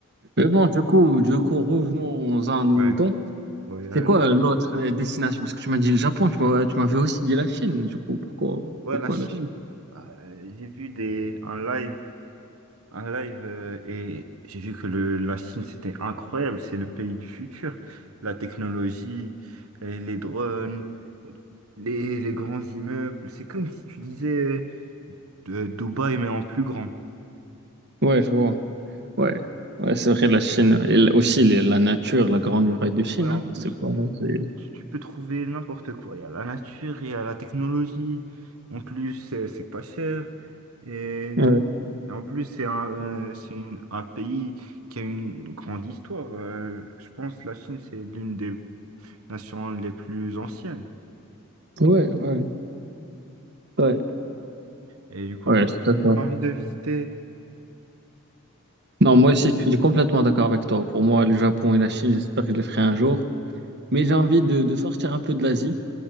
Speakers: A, on the right; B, on the right.
A: Mais bon, du coup, du coup, revenons à nos
B: Ouais,
A: moutons.
B: voyage.
A: C'est quoi euh, l'autre euh, destination? Parce que tu m'as dit le Japon, tu m'as- tu m'avais aussi dit la Chine. Du coup, pourquoi,
B: Ouais,
A: pourquoi
B: la Chine.
A: la Chine?
B: Euh, j'ai vu des un live, un live euh, et j'ai vu que le, la Chine c'était incroyable, c'est le pays du futur. La technologie, euh, les drones, les, les grands immeubles, c'est comme si tu disais euh, Dubaï mais en plus grand.
A: Ouais, je vois. Ouais, ouais, c'est vrai, la Chine. Et l- aussi les- la nature, la grande muraille de Chine.
B: Ouais, en
A: hein.
B: plus.
A: C'est pas. c'est-
B: Tu tu peux trouver n'importe quoi. Il y a la nature, il y a la technologie. En plus, c'est c'est pas cher. Et,
A: Ouais,
B: et en plus, c'est un, euh, c'est une- un pays qui a une grande histoire. Euh, je pense que la Chine, c'est l'une des nations les plus anciennes.
A: ouais, ouais. Ouais,
B: Et du coup,
A: ouais,
B: toi,
A: c'est ça.
B: t'as envie de visiter.
A: Non, moi aussi, je suis complètement d'accord avec toi. Pour moi, le Japon et la Chine, j'espère que je les ferai un jour. Mais j'ai envie de, de sortir un peu de l'Asie.